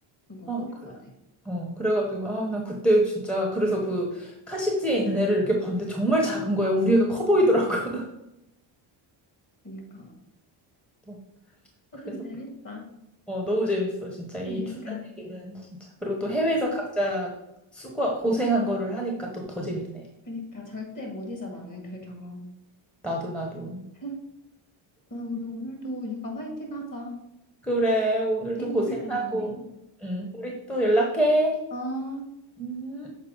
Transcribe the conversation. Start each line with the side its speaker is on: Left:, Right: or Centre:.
Left: 그거
Centre: 아,
Left: 꼭
Centre: 그래.
Left: 있어야 돼.
Centre: 어, 그래가지고, 아, 나 그때 진짜, 그래서 그 카시트에 있는 애를 이렇게 봤는데 정말 작은 거야. 우리 애가 커 보이더라고. <laughs>
Left: 그니까.
Centre: 어,
Left: 하여튼
Centre: 그래서.
Left: 재밌다.
Centre: 어, 너무 재밌어, 진짜. 이
Left: 그니까.
Centre: 출산 얘기는 진짜. 그리고 또 해외에서 각자 수고, 고생한 거를 하니까 또 더 재밌네.
Left: 그니까 절대 못 잊어 나는 그 경험.
Centre: 나도, 나도.
Left: <laughs> 그럼 우리 오늘도 육아 화이팅 하자.
Centre: 그래, 오늘도
Left: 힘들게
Centre: 고생하고.
Left: 나네.
Centre: 응, 우리 또 연락해.
Left: 아.
Centre: 음.